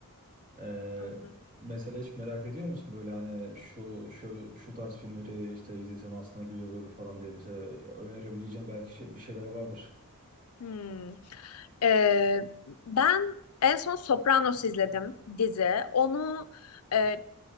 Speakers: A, on the right (about 35°); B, on the left (about 75°).
A: E,
B: Anladım.
A: mesela hiç merak ediyor musun böyle hani şu şu şu tarz filmleri işte izlesem aslında güzel olur falan diye mesela önerebileceğim belki şey- bir şeyler vardır.
B: Hmm. Ee, ben en son Sopranos izledim dizi. Onu e,